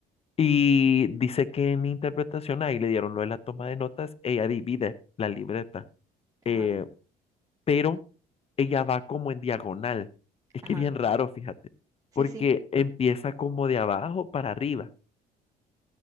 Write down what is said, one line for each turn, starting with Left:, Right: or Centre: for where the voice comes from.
Left: Y dice que en interpretación ahí le dieron lo de la toma de notas, ella divide la libreta, eh,
Right: Ajá,
Left: pero ella va como en diagonal. Es
Right: ajá.
Left: que es bien raro, fíjate,
Right: Sí,
Left: porque
Right: sí,
Left: empieza como de abajo para arriba,